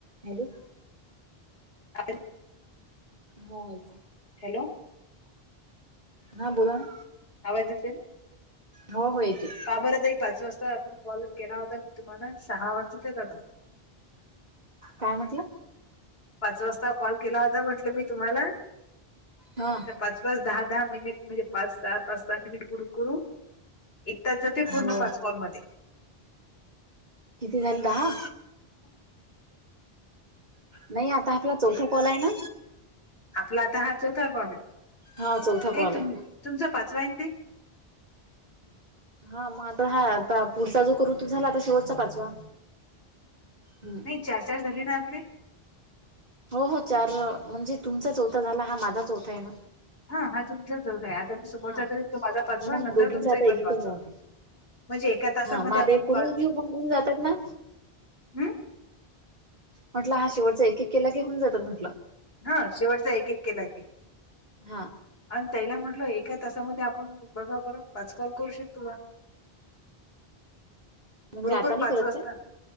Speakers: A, on the right; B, on the left.
A: Hello.
B: <unintelligible>
A: हो.
B: Hello.
A: हा बोला ना.
B: आवाज येतोय.
A: हो हो येते.
B: बाबरचई पाच वाजता आपण कॉल केला होता मी तुम्हाला सहा वाजता तेदा
A: काय म्हटला?
B: पाच वाजता कॉल केला होता म्हंटलं मी तुम्हाला
A: हा
B: तर पाच दहा दहा मिनिट म्हणजे पाच सहा पाच सहा मिनिट कड करून. त्या जाते पूर्ण
A: हो
B: पाच कालमध्ये
A: किती झाले दहा.
B: <unintelligible>
A: नाही आता आपला चौथा कॉल आहे ना
B: आपला आता हा चौथा कॉल आहे
A: हा चौथा
B: नाही
A: कॉल
B: तुम
A: आहे
B: तुमचा पाचवा आहे दे.
A: हा मग आता हा आता पुढचा जो कऋतू झाला आता शेवटचा पाचवा. हम
B: नाही चार चार झाली ना आपले.
A: हो हो चार म्हणजे तुमचा चौथा झाला हा माझा चौथा आहे ना.
B: हा हा तुमच्या जर आहे आज मी समोरचा
A: हा
B: तरी तो माझा पाचवा
A: मग
B: नंतर
A: दोघींचा
B: तुमचाही
A: आता
B: पण
A: एक एकच
B: पाचवा.
A: राहते
B: म्हणजे एका तासामध्ये
A: हा मग आता
B: आपण
A: एक करून
B: पाच
A: घेऊ पण होऊन जातात ना
B: हम्.
A: म्हटलं हा शेवटचा एक एक केला घेऊन जातात म्हटलं.
B: हा शेवटचा एक एक केला की.
A: हा.
B: आणि तैला म्हटलं एका तासामध्ये आपण बघा बर पाच कॉल करू शकतो बा.
A: म्हणजे
B: बरोबर
A: आता नाही
B: पाच
A: करत
B: वाजता.
A: काय